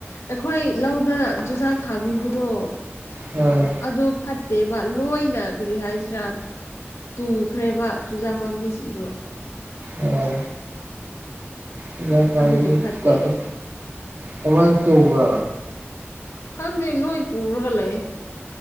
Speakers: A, on the left; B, on the right.
A: ꯑꯩꯈꯣꯏ ꯂꯧꯗ ꯆꯨꯖꯥꯛ ꯊꯥꯕꯤꯕꯗꯣ
B: ꯍꯣꯏ
A: ꯑꯗꯨ ꯐꯠꯇꯦꯕ ꯂꯣꯏꯅ ꯀꯔꯤ ꯍꯥꯏꯁꯤꯔꯥ ꯇꯨꯈ꯭ꯔꯦꯕ ꯆꯨꯖꯥꯛ ꯄꯥꯝꯕꯤꯁꯤꯡꯗꯣ
B: ꯑꯣ ꯀꯌꯥꯝ ꯄꯥꯟꯒꯦ
A: ꯑꯗꯨꯒꯤ ꯐꯠꯇꯦ
B: ꯆꯨꯖꯥꯛꯇꯣ ꯀꯃꯥꯏꯟ ꯇꯧꯕ
A: ꯈꯪꯗꯦ ꯂꯣꯏ ꯇꯨꯔꯒ ꯂꯩ